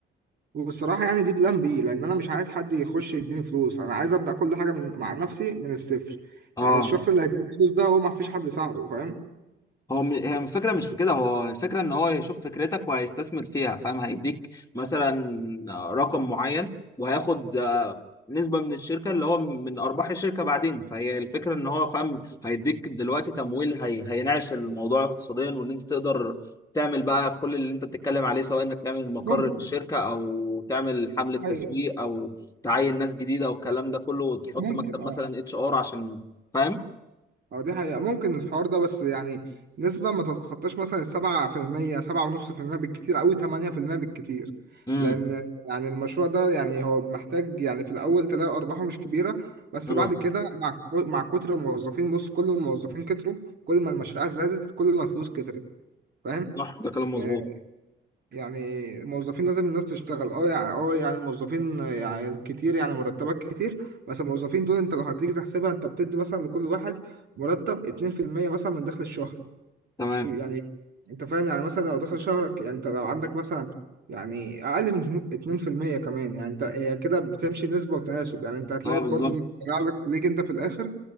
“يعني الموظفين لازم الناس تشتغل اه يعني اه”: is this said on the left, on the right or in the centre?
Right